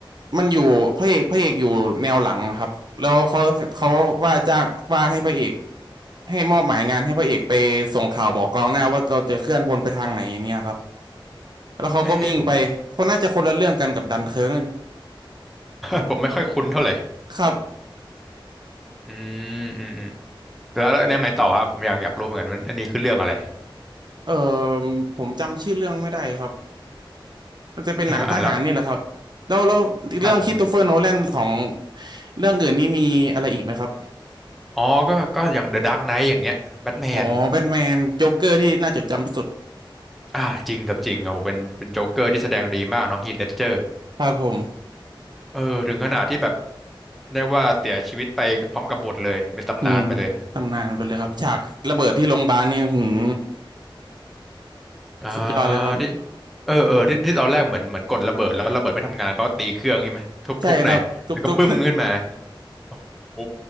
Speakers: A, on the right (about 55°); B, in the centre.
A: มันอยู่พระเอกพระเอกอยู่แนวหลังครับแล้วเขาเขาว่าจ้างว่าให้พระเอกให้มอบหมายงานให้พระเอกไปส่งข่าวบอกกองหน้าว่าเราจะเคลื่อนพลไปทางไหนอย่างเงี้ยครับแล้วเขาก็วิ่งไปคนน่าจะคนละเรื่องกันกับดันเคิร์ก
B: เอ้ผม <laughs> ผมไม่ค่อยคุ้นเท่าไหร่
A: ครับ
B: อืมอืมอืม แล้วแล้วยังไงต่อครับผมอยากอยากรู้เหมือนกันว่าอันนี้คือเรื่องอะไร
A: เออผมจำชื่อเรื่องไม่ได้ครับ มันจะเป็นหนังทหารนี่แหละครับแล้วแล้วเรื่องค
B: อ่าอ่าแล้วครับผม
A: h ิ i โตเฟอร์โนแลนของเรื่องอื่นนี่มีอะไรอีกไหมครับ
B: อ๋อก็ก็อย่าง The Dark Knight อย่างเงี้ยแบทแมน
A: อ๋อแบทแมนโจ๊กเกอร์ที่น่าจดจำที่สุด
B: อ่าจริงกับจริงโอ้โหเป็นเป็นโจ๊กเกอร์ที่แสดงดีมากเนาะฮีทเลดเจอร์
A: ครับผม
B: เออถึงขนาดที่แบบได้ว่าเสียชีวิตไปพร้อมกับบทเลยเป็นตำนานไปเลย
A: อืมตำนานไปเลยครับฉากระเบิดที่โรงพยาบาลนี่อื้อหือ
B: อ่า
A: สุดยอดเลยครับ
B: ที่เออเออที่ที่ตอนแรกเหมือนเหมือนกดระเบิดแล้วระเบิดไม่ทำงานเขาก็ตีเครื่องใช่ไหมทุบทุบหน่อยแล้วก็บึ้มขึ้นมา
A: ใช่ครับทุบทุบ
B: โอ้โห